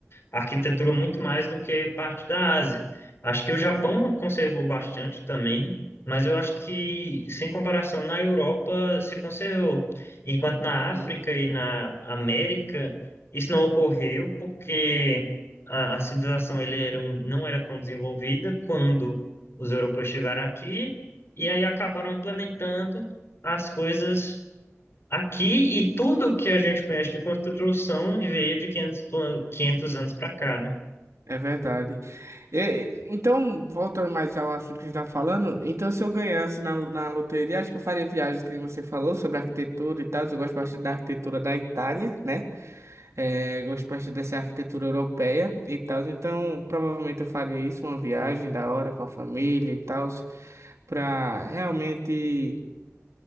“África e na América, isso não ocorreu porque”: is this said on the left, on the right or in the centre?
Left